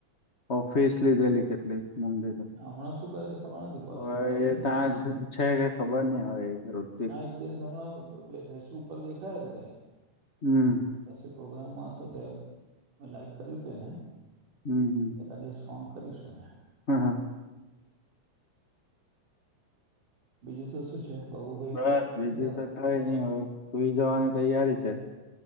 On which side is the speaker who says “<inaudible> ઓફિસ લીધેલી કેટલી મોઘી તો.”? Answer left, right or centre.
Left